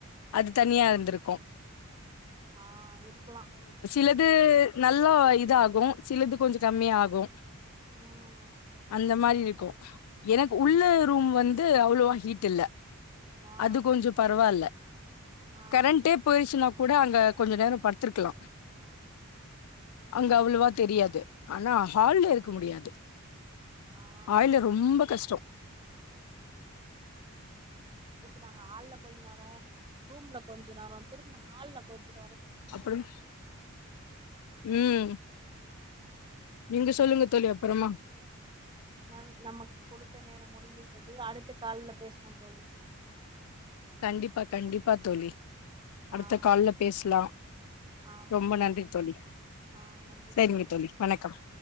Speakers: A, on the left (about 80°); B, on the right (about 20°).
A: அது தனியா இருந்திருக்கோ
B: ஆஹ் இருக்கலா
A: அல்லது நல்லா இதாகோ சிலது கொஞ்சொ கம்மியாகோ
B: ம் ம்
A: அந்த மாரி கோ எனக்கு உள்ள ரூம் வந்து அவ்ளோவா ஹீட் இல்ல
B: ஆ
A: அது கொஞ்சொ பரவால்ல
B: ஆ
A: கரண்டே போயிருச்சுனா கூட கொஞ்சொ நேரொ படுத்திருக்கலா அங்க அவ்ளவா தெரியாது ஆனா ஹால்ல இருக்க முடியாது
B: ஆ
A: ஹால்ல ரொம்ப கஷ்டோ
B: நா ஹால்ல கொஞ்சோ நேரொ ரூம்ல கொஞ்சோ நேரொ திரும்ப ஹால்ல கொஞ்சம்
A: அப்புறம் உம் நீங்க சொல்லுங்க தோழி அப்புறமா
B: ந நமக்கு கொடுத்த நேரம் முடிந்துவிட்டது அடுத்த கால்ல பேசுவோம் தோழி
A: கண்டிப்பா கண்டிப்பா தோழி அடுத்த
B: ஆ
A: கால்ல
B: நன்றி
A: பேசலா
B: தோழி ஆ
A: ரொம்ப நன்றி தோழி
B: ஆ நன்றி
A: சேரிங்க தோழி வணக்கம்